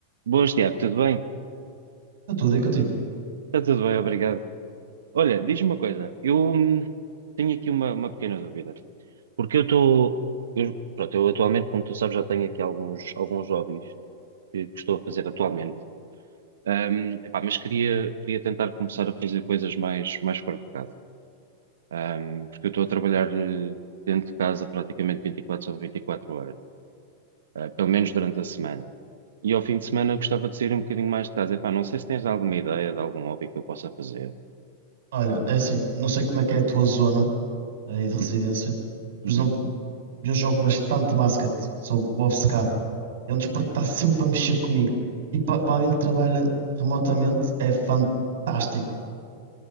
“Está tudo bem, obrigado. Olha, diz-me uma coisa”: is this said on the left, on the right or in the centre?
Right